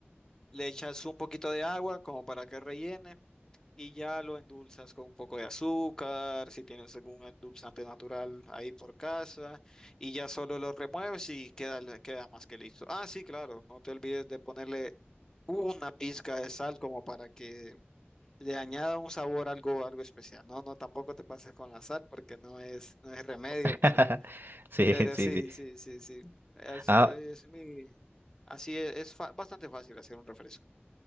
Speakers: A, on the left; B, on the right.
A: le echas un poquito de agua como para que rellene y ya lo endulzas con un poco de azúcar, si tienes algún endulzante natural ahí por casa, y ya solo lo remueves y queda, queda más que listo. Ah, sí, claro, no te olvides de ponerle una pizca de sal como para que le añada un sabor algo, algo especial. No, no, tampoco te pases con la sal porque no es, no es remedio,
B: <laughs>
A: pero,
B: Sí,
A: pero
B: sí,
A: sí,
B: sí.
A: sí, sí, sí. Es,
B: Ah,
A: es mi, así es, es fa- bastante fácil hacer un refresco.